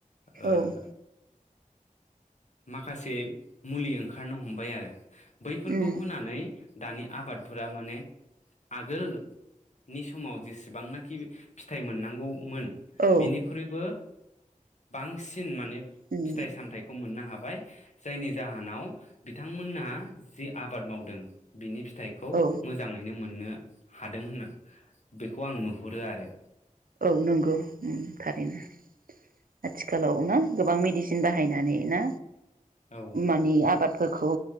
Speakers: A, on the left (about 55°); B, on the right (about 85°).
A: ओं।
B: औ
A: माखासे मुलि ओंखारनो हम बाय आरो। बैफोरखौ
B: उम
A: होनानै दानि आबादफोरा माने आगोल नि समाव जेसेबांनाखि फिथाइ मोननांगौमोन।
B: औ
A: बिनिख्रुइबो। बांसिन माने
B: उम
A: फिथाइ सामथाइखौ मोननो हाबाय बाय जायनि जाहोनाव बिथांमोनहा जे आबाद मावदों बिनि फि थाइखौ
B: औ
A: मोजाङैनो मोन मोननो हादों होननो बेखौ आं नुहुरो आरो।
B: औ नंगौ उम थारैनो आथिखालाव ना गोबां मेडिसिन बाहायनानै ना
A: औ
B: मानि आबाद फोरखौ